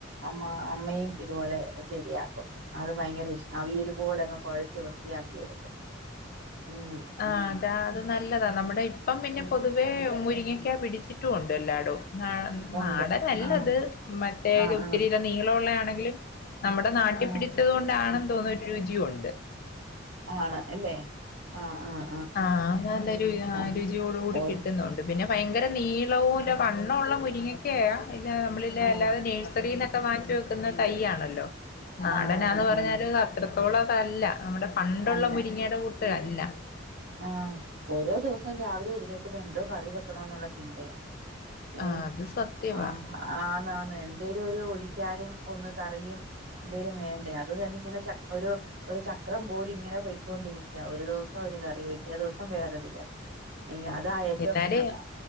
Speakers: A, on the right (about 75°); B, on the left (about 50°).
A: അമ്മ അമ്മയും ഇതുപോലെ ശരിയാക്കും അത് ഭയങ്കര ഇഷ്ട അവിയൽ പോല അങ്ങ് കുഴച്ച് വൃത്തിയാക്കി എടുക്കും ഉം
B: ആഹ്
A: ഉം
B: അതാ അത് നല്ലതാ നമ്മുടെ ഇപ്പം പിന്നെ പൊതുവേ മുരിങ്ങക്കാ പിടിച്ചിട്ടും ഉണ്ട് എല്ലാടും
A: ഉണ്ട്
B: നാടൻ അല്ലത്
A: ആഹ്
B: മറ്റേ
A: ആഹ്
B: ഒത്തിരി
A: ആഹ്
B: ഇ നീളമള്ളയാണെങ്കിലും നമ്മുടെ നാട്ടിൽപിടി
A: ആഹ്
B: വച്ചതുകൊണ്ടാണെന്ന് തോന്നുന്ന ഒരു രുചിയും ഉണ്ട്
A: ആണ് അല്ലേ ആഹ് ആഹ്
B: ആഹ് നല്ലൊരു
A: ആഹ്
B: രുചിയോട കൂടി
A: ഓരോ
B: കിട്ടുന്നുണ്ട് പിന്നെ ഭയങ്കര നീളവും ഇല്ല വണ്ണ ഉള്ള മുരിങ്ങക്കണ്ട് നമ്മള ല്ലാതെ
A: ആഹ്
B: നേഴ്സറിൽന്നൊക്കെ വാങ്ങിച്ച് വെക്ക വെക്കുന്ന തൈണല്ലോ നാടനാണ്
A: ആണ്
B: പറഞ്ഞാല്
A: ആഹ്
B: അത്രത്തോളം അതല്ല നമ്മടെ പണ്ടുള്ള
A: അല്ല
B: മുരിങ്ങയുടെ കൂട്ട്അല്ല
A: ആഹ് ഓരോ ദിവസം രാവിലെ എഴുന്നേക്കുമ്പോ എന്തോ കറി വെക്കണോ എന്നുള്ള ചിന്തയാ ഏ
B: ആഹ് അത് സത്യവാ
A: ആഹ് ആന്നാ ന്ന് എന്തേലും ഒരു ഒഴിക്കാനും ഒന്ന് കറിയും എന്തേലും വേണ്ടേ അത് തന്നെ ഇങ്ങനെ ചക്കൊരു ഒരു ചക്രം പോലു ഇങ്ങനെ പോയ്ക്കൊണ്ടിരിക്കാ ഒരു ദിവസം ഒര് കറി വെക്ക പിറ്റേ ദിവസം വേറൊരു കറി അതാ ഏറ്റവും
B: എന്നാല്
A: വല്യതാ